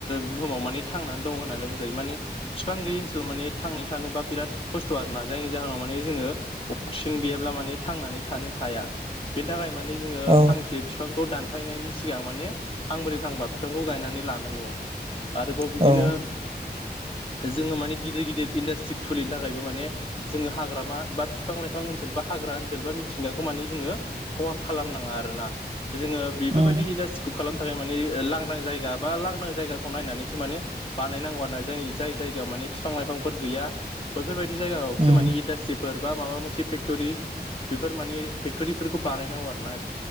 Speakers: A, on the left (about 30°); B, on the right (about 35°).
A: बुहुमाव माने थांनानै दं होननानै बुंजायो माने बिफां गैयै ओनसोलाव माने थांनानै थानोबा बिराद खस्थ' आरोना जायनि जाहोनाव माने जोङो अक्सिजेन गैयाब्ला माने थांनानै थानो हाया बेनि थाखाय माने जोङो
B: औ
A: फांसे बिफांखौ दानफायनायनि सिगां माने फांब्रै फांबा बिफांखौ गायनानै लानांगौ आरोबाव बिदिनो
B: औ
A: जोङो माने गिदिर गिदिर इन्डास्ट्रि खुलिनो थाखायबो माने जोङो हाग्रामा बा बिफां लाइफां ओनसोल बा हाग्रा ओनसोल बा मिथिंगाखौ मानि जोङो खहा खालामनाङा आरो ना जोङो बेफोरबायदि
B: उम
A: इडास्ट्रि खालामनो थाखाय माने लांदां जायगा बा लांदां जायगाखौ नायनानैसो माने बानायनांगौ आरो ना जोंनि जाय जायगायाव माने बिफां लाइफांफोर गैया बैफोरबायदि जायगायावसो
B: उम
A: मानि इडासट्रि फोर बा माबा मोनसे फेक्ट'रि बेफोर माने फेक्ट'रिफोरखौ बानायनांगौ आरो ना